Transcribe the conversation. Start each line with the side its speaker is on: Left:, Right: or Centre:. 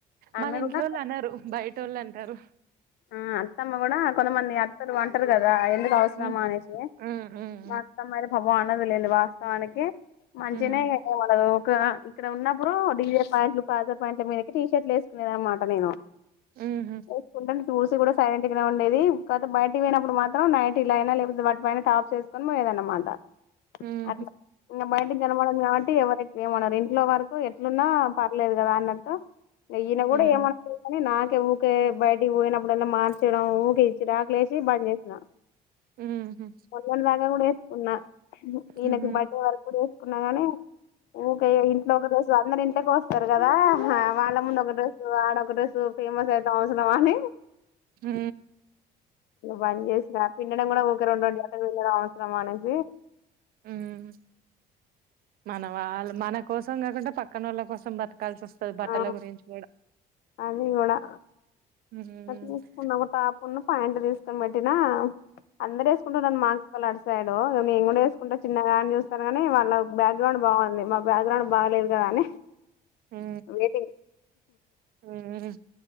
Left: ఆమె
Right: మన ఇంట్లోళ్ళు
Left: కూడా
Right: అనరు బయటోళ్ళు అంటారు
Left: ఆ అత్తమ్మ కూడా కొంతమంది అత్తలు అంటారు కదా ఎందుకు అవసరమా
Right: ఉమ్
Left: అనేసి
Right: ఉమ్ ఉమ్
Left: మా అత్తమ్మ అయితే పాపం అనదు లెండి వాస్తవానికి మంచిగనే
Right: ఉమ్
Left: <unintelligible> ఇక్కడ ఉన్నప్పుడు డిజే ప్యాంట్లు ప్లాజో ప్యాంట్ మీదకి టీషర్ట్లు వేసుకునే దన్నమాట నేను
Right: ఉహు
Left: <unintelligible> చూసి కూడా సైలెంట్ గానే ఉండేది కాకపోతే బయటికి పోయినప్పుడు మాత్రం నైటిలయినా లేకపోతే వాటిపైన టాప్స్ వేసుకొని పోయేదానన్నమాట
Right: ఉహు
Left: అట్లా ఇక బయటికి కనపడదుకాబట్టి టి ఎవరైన ఏమనరు ఇంట్లో వరకు ఎట్లున్నా పర్లేదు కదా అన్నట్టు ఈయన కూడా
Right: ఉమ్
Left: ఏమనపోయేది కానీ నా కే ఊకె బయటికి పోయ్ ఇప్పుడలా మార్చేయడం ఊకె చిరాకు లేసి బంచేసిన
Right: ఉహు
Left: మొన్నటి దాకా కూడా వేసుకున్నా ఈయనకు
Right: ఉమ్
Left: బర్డే వరకు కూడా వేసుకున్నా గానీ ఊక ఇంట్లో ఒక రోజు అందరి ఇంట్ వస్తర్ కదా వాళ్ళ ముందు ఒక డ్రెస్సు ఆడొక డ్రెస్సు ఫేమస్ ఐతం అవసరమాని
Right: ఉ
Left: పని చేసిన పిండడం కూడా ఉకే రెండు రెండు జతలు పిండడం అవసరమా అనేసి
Right: ఉమ్ మన వాళ్ళు మన కోసం కాకుండా పక్కనోళ్ళ కోసం బతు కలిసి అస్తది బట్టల
Left: ఆ
Right: గురించి కూడా
Left: అది కూడా
Right: ఉమ్
Left: తీసుకున్న ఒక టాప్ ఉన్ను ప్యాంట్ తీస్ పుం పెట్టినా అందరేసుకుంటురని మా కోల్ అటు సైడు ఇగ నేను కూడా ఎస్ కుంట చిన్నగానే చూస్తారు కాని వాళ్ళ బ్యాక్గ్రౌండ్ బాగుంది మా బ్యాక్గ్రౌండ్ బాగాలేదు కదా అని
Right: ఉ
Left: వెయిటింగ్
Right: ఉ